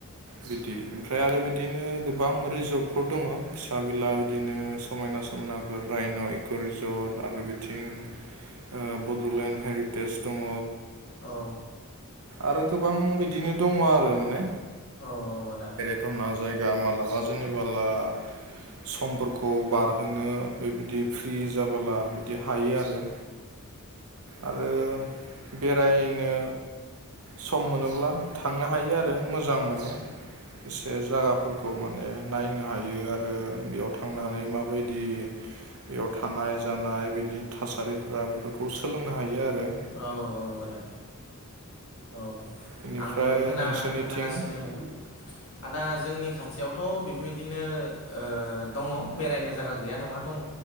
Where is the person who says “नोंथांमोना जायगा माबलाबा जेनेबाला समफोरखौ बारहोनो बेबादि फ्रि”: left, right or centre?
Right